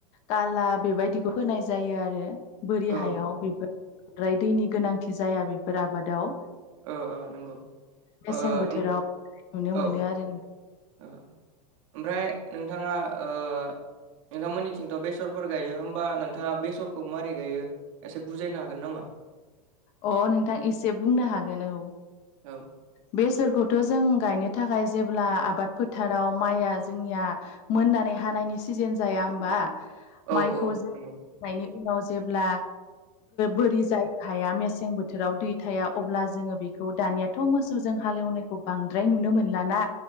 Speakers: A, on the left; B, on the right.
A: काला बेबायदिखौ होनाय जायो आरो बोरि
B: औ
A: हायाव बेफोर बांद्राय दैनि गोनांथि जाया बेफोर आबादाव
B: ओ ओ नंगौ
A: मेसें
B: ओ ओ
A: बोथोराव
B: उम
A: नुनो
B: औ
A: मोनो आरो
B: ओ ओमफ्राय नोंथाङा ओ नोंथांमोननिथिंथ' बेसरफोर गायो होम बा नोंथाङा बेसरखौ मारै गायो एसे बुजायनो हागोन नामा?
A: अ नोंथां एसे बुंनो हागोन औ
B: औ
A: बेसरखौथ' जों गायनो थाखाय जेब्ला आबाद फोथाराव माइया जोंनिया मोननानै हानायनि सिजेन जाया होमबा
B: औ
A: माइखौ
B: औ
A: जोंनायनि
B: नंगौ
A: उनाव जेब्ला बोरि जायो हाया मेसें बोथोराव दै थाया अब्ला जोङो बेखौ दानियाथ' मो सौजों हालेवनायखौ बांद्राय नुनो मोनला ना